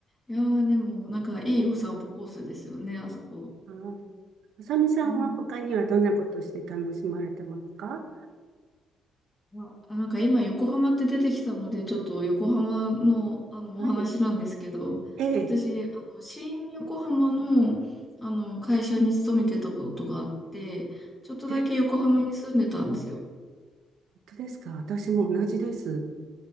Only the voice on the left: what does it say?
いやー、でも、なんか、いいお散歩コースですよね、あそこ。
うん。いやあ、なんか今、横浜って出てきたので、ちょっと横浜の、あの、
お話なんですけど、
私、あの、新横浜の、あの、会社に勤めてたことがあって、ちょっとだけ横浜に住んでたんですよ。